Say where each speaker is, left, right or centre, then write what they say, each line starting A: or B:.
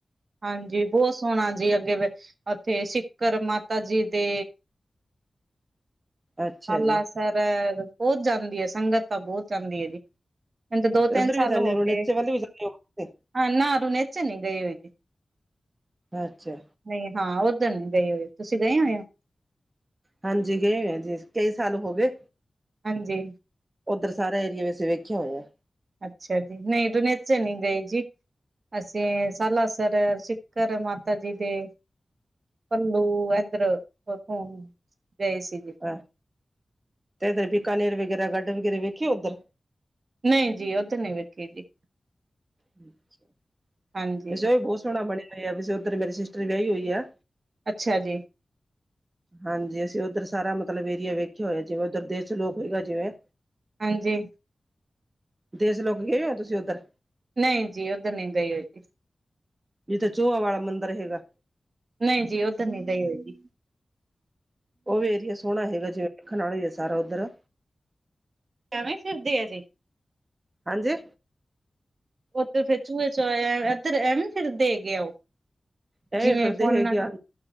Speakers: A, on the right (about 70°); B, on the right (about 45°).
A: ਹਾਂਜੀ। ਬਹੁਤ ਸੋਹਣਾ ਜੀ ਅੱਗੇ ਉੱਥੇ ਸਿੱਕਰ ਮਾਤਾ ਜੀ ਦੇ
B: ਅੱਛਾ
A: ਆ ਲਾਸ
B: ਜੀ
A: ਸਰ ਬਹੁਤ ਜਾਂਦੀ ਹੈ। ਸੰਗਤ ਤਾਂ ਬਹੁਤ ਜਾਂਦੀ ਹੈ ਜੀ। ਉਝ ਦੋ-ਤਿੰਨ
B: ਤੇ ਉੱਧਰ ਵੀ
A: ਸਾਲ
B: ਜਾਂਦੇ
A: ਹੋ
B: ਰਣੇਚੇ
A: ਗਏ।
B: ਵੱਲ ਵੀ ਜਾਂਦੇ
A: ਹਾਂ ਨਾ ਹੂਨੇ ਚ ਨੀ ਗਈ ਹੋਏਗੀ।
B: ਅੱਛਾ
A: ਨਹੀਂ ਹਾਂ। ਉੱਧਰ ਨਹੀਂ ਗਏ ਹੋਏ, ਤੁਸੀਂ ਗਏ ਹੋਏ ਹੋ
B: ਹਾਂਜੀ ਗਏ ਹੋਇਆ ਜੀ ਆਸੀ, ਕਈ ਸਾਲ ਹੋ ਗਏ।
A: ਹਾਂਜੀ
B: ਉੱਧਰ ਸਾਰ ਏਰਿਆ। ਵੈਸੇ ਵੇਖਿਆ ਹੋਇਆ।
A: ਅੱਛਾ ਜੀ। ਨਹੀਂ ਜੂਨੀ ਚ ਨਹੀਂ ਗਏ ਜੀ। ਅਸੀਂ ਸਾਲਸਰ, ਸਿਖਰ, ਮਾਤਾ ਜੀ ਦੇ ਘਲੂ ਇਧਰ ਪਤਾ ਨੀ ਗਏ ਸੀਗੇ।
B: ਆ, ਇੱਧਰ ਬੀਕਾਨੇਰ ਵਗੈਰਾ ਗਾਰਡਨ ਗੀਰੀ ਵੇਖੀਏ ਉੱਧਰ।
A: ਨਹੀਂ ਜੀ ਉਹ ਤੇ ਨਹੀ ਵੇਖੀ ਜੀ।
B: ਵੈਸੇ
A: ਹਾਂਜੀ
B: ਉਹ ਵੀ ਬਹੁਤ ਸੋਹਣਾ ਬਣਿਆ ਹੋਇਆ ਆ, ਵੈਸੇ ਉੱਧਰ ਮੇਰੀ ਸਿਸਟਰ ਵਿਆਹੀ ਹੋਈ ਆ।
A: ਅੱਛਾ ਜੀ।
B: ਹਾਂਜੀ ਅਸੀਂ ਉੱਧਰ ਸਾਰਾ ਮਤਲਬ ਏਰੀਆ ਵੇਖਿਆ ਹੋਇਆ, ਜਿਵੇਂ ਉੱਧਰ ਦੇਸ ਲੋਕ ਹੋਗਾ ਜਿਵੇਂ
A: ਹਾਂਜੀ।
B: ਦੇਸ ਲੋਕ ਗਏ ਹੋ, ਤੁਸੀਂ ਉੱਧਰ?
A: ਨਹੀਂ ਜੀ ਉੱਧਰ ਨੀ ਗਈ ਹੋਈ ਜੀ।
B: ਜਿੱਥੇ ਚੂਹਾ ਵਾਲਾ ਮੰਦਿਰ ਹੈਗਾ।
A: ਨਹੀਂ ਜੀ ਉੱਧਰ ਨੀ ਗਈ ਹੋਏਗੀ।
B: ਉਹ ਵੀ ਏਰੀਆ ਸੋਹਣਾ ਹੈਗਾ, ਜਿਵੇਂ ਵੇਖਣ ਵਾਲਾ ਹੀ ਆ, ਸਾਰਾ ਉੱਧਰ।
A: ਇਵੇਂ ਫਿਰਦੀ ਹੈ ਜੀ।
B: ਹਾਂਜੀ।
A: ਉੱਥੇ ਫਿਰ ਚੂਹੇ ਚਾਹੇ, ਇੱਧਰ ਐਵੇ ਫਿੱਰ, ਦੇ ਗਯਾ ਹੈ ਉਹ,
B: ਐਵੇਂ
A: ਜਿਵੇਂ
B: ਫਿਰਦੇ
A: ਫੋਨ
B: ਹੈਗੇ ਆ